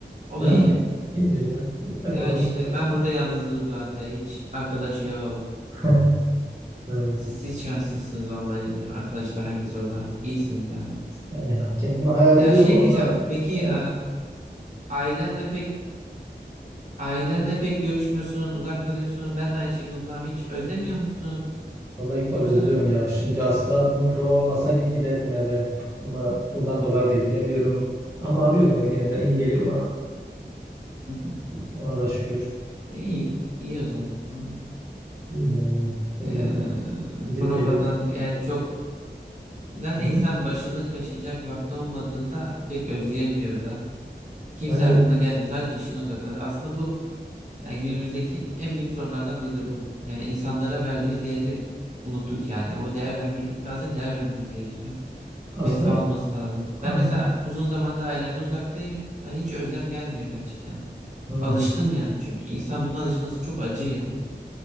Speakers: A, on the right; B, on the right.
A: O
B: Yani
A: da iyi.
B: iyidir ya. Ekonomik
A: Ya işte
B: açıdan.
A: ben burada yalnızım zaten. Hiç arkadaş yok.
B: <laughs> Evet.
A: Siz, siz şanslısınız vallahi. Arkadaşlar herkes orada. İyisiniz yani.
B: Yani ha- kendimi hayal ediyorum
A: Ya şey
B: orada.
A: diyeceğim. Peki
B: Evet.
A: e, Ailenle pek Ailenle pek görüşmüyorsun, uzak kalıyorsun. Ben de aynı şekilde uzağım. Hiç özlemiyor musun?
B: Vallahi İkbal
A: Yoksa
B: özlüyorum ya. Şimdi aslında bu prova olmasaydı giderdim eve. Ama bundan dolayı da gidemiyorum. Ama arıyorum ya gene de iyi geliyor bana.
A: Hı hı.
B: Ona da şükür.
A: E, iyi, iyi o zaman.
B: İyi Yani öyle
A: Ee,
B: evet. Gidip
A: provadan
B: geliyor.
A: eğer çok zaten
B: Hı.
A: insan başını kaşıyacak vakti olmadığında pek özleyemiyor da. Kimse
B: Yani
A: aklına gelmiyor. Sadece işine odaklanıyor. Aslında bu yani günümüzdeki en büyük sorunlardan biri de bu. Yani insanlara verdiğimiz değeri unuttuk yani. O değer vermeyi bazen değer vermemiz gerekiyor.
B: aslında
A: Vefa olması lazım.
B: hani
A: Ben mesela uzun zamandır ailemden uzaktayım. Yani hiç özlem gelmiyor gerçekten.
B: hı.
A: Alıştım yani çünkü. İnsan buna alışması çok acı yani.